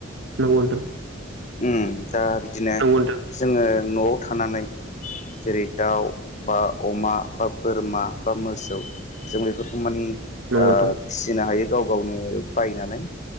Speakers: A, on the right; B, on the left.
A: नंगौ नों
B: उम दा बिदिनो
A: नंगौ
B: जोङो न'आव थानानै जेरै दाउ बा अमा बा बोरमा बा मोसौ जों बेफोरखौ माने
A: नोंथां नंगौ
B: ओ
A: नोंथां
B: फिसिनो हायो गाव गावनो बायनानै